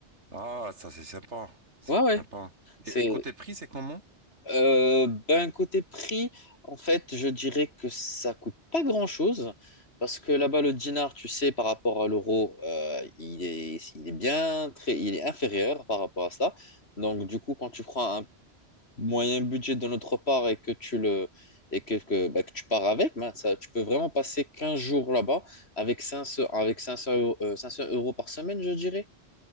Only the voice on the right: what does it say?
Ah, ça c'est sympa. Ça,
c'est sympa.
Et, et côté prix, c'est comment?